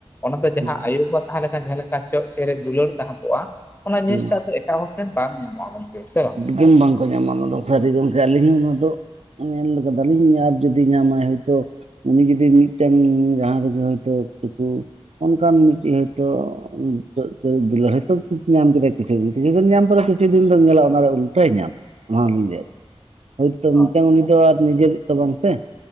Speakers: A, on the left (about 20°); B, on the right (about 80°).
A: ᱚᱱᱟᱛᱮ ᱡᱟᱦᱟᱸ
B: ᱦᱩᱸ
A: ᱟᱹᱭᱩ ᱵᱟ ᱡᱟᱦᱟᱸ ᱞᱮᱠᱟ ᱡᱟᱦᱟᱸ ᱞᱮᱠᱟ ᱪᱚᱜ ᱪᱮᱨᱮᱡ ᱫᱩᱞᱟᱹᱲ ᱛᱟᱦᱮᱸ ᱠᱚᱜᱼᱟ ᱚᱱᱟ ᱡᱤᱱᱤᱥ
B: ᱦᱩᱸ
A: ᱴᱟᱜ ᱫᱚ ᱮᱴᱟᱜ ᱦᱚᱲ ᱴᱷᱮᱱ ᱵᱟᱝ ᱧᱟᱢᱚᱜᱼᱟ ᱜᱚᱝᱠᱮ <inaudible> ᱥᱮ ᱦᱟᱝ
B: ᱜᱩᱱ ᱵᱟᱝᱠᱚ ᱧᱟᱢᱟ ᱚᱱᱟ ᱫᱚ ᱥᱟᱹᱨᱤ ᱜᱚᱢᱠᱮ ᱟᱹᱞᱤᱧ ᱱᱚᱫᱚ ᱧᱮᱞ ᱠᱮᱫᱟ ᱞᱤᱧ ᱟᱨ ᱡᱩᱫᱤ ᱧᱟᱢᱟᱭ ᱦᱤᱛᱳᱜ ᱩᱱᱤ ᱡᱩᱫᱤ ᱢᱤᱫᱴᱟᱝ ᱡᱟᱦᱟᱸ ᱨᱮᱜᱮ ᱦᱭᱛᱳ ᱩᱠᱩ ᱚᱱᱠᱟᱱ ᱢᱤᱫᱴᱮᱱ ᱦᱚᱭᱛᱳ ᱱᱤᱛᱚᱜ ᱫᱚ ᱫᱩᱞᱟᱹᱲ ᱦᱚᱭᱛᱚ ᱧᱟᱢ ᱠᱮᱫᱟᱭ ᱠᱤᱪᱷᱩ ᱫᱤᱱ ᱠᱤᱪᱷᱩ ᱫᱤᱱ ᱧᱟᱢ ᱯᱚᱨ ᱠᱤᱪᱷᱩ ᱫᱤᱱ ᱫᱚ ᱧᱮᱞᱚᱜ-ᱟ ᱚᱱᱟᱨᱮ ᱩᱞᱴᱟᱹᱭ ᱧᱟᱢ ᱚᱱᱟᱞᱤᱧ ᱞᱟᱹᱭᱮᱫ ᱦᱳᱭᱛᱳ
A: ᱦᱳᱭ
B: ᱢᱤᱫᱴᱟᱝ ᱩᱱᱤ ᱫᱚ ᱟᱨ ᱱᱤᱡᱮᱨᱤᱡ ᱛᱚ ᱵᱟᱝ ᱥᱮ